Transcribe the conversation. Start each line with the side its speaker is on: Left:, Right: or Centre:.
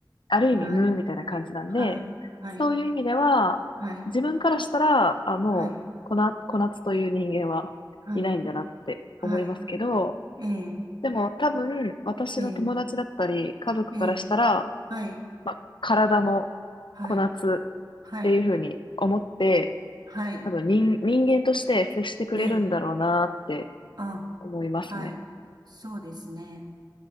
Left: ある意味無みたいな感じなんで、
Right: はい、はい、はい、
Left: そういう意味では、
Right: はい、
Left: 自分からしたら、あ、もう、
Right: はい、
Left: こな、小夏という人間はいないんだなって思いますけど、
Right: はい、はい、ええ、
Left: でも多分、私の友達だったり、
Right: ええ、
Left: 家族からしたら、
Right: ええ、はい、
Left: まあ、体も
Right: はい、
Left: こなつっ
Right: はい、
Left: ていうふうに思って、
Right: はい、
Left: 多分人、人間として接してくれるんだろうなって
Right: ええ、あ、
Left: 思いますね。
Right: はい、そうですね。